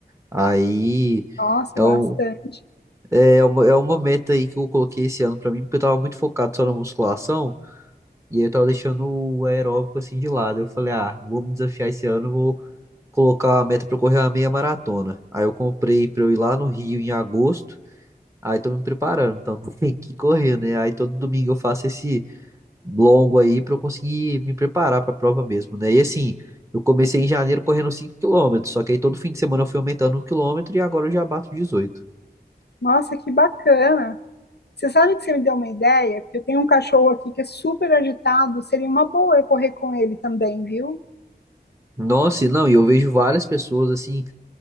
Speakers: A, on the right; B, on the left.
A: Aí
B: Nossa,
A: é,
B: bastante.
A: um, é, é uma, é uma meta aí que eu coloquei esse ano pra mim, porque eu tava muito focado só na musculação, e aí eu tava deixando o aeróbico assim de lado. Eu falei, ah, vou me desafiar esse ano, vou colocar a meta pra eu correr uma meia maratona. Aí eu comprei pra eu ir lá no Rio em agosto. Aí tô me preparando, então <laughs> tem que correr, né? Aí todo domingo eu faço esse longo aí pra eu conseguir me preparar pra prova mesmo, né? E assim, eu comecei em janeiro correndo 5 quilômetros, só que aí todo fim de semana eu fui aumentando um quilômetro e agora eu já bato 18.
B: Nossa, que bacana. Você sabe que você me deu uma ideia? Porque eu tenho um cachorro aqui que é super agitado, seria uma boa eu correr com ele também, viu?
A: Nossa, e não, e eu vejo várias pessoas assim